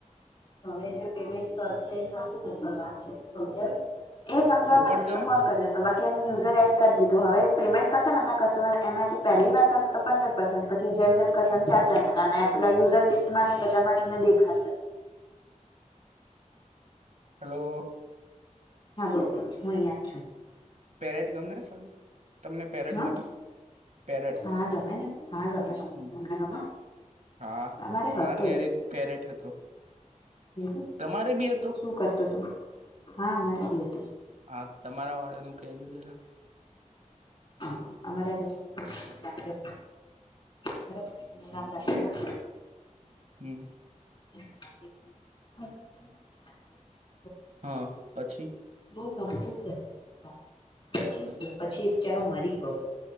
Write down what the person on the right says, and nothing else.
પોપટ ગમે
હલો
પેરેટ ગમે છે તમને પેરેટ
ગમે? પેરેટ
હમ
હા
માર ઘેર એક પેરેટ હતો.
તમારે બી હતો?
હા તમારા વાળાનું કેજો જરા
હમ્મ.
હ પછી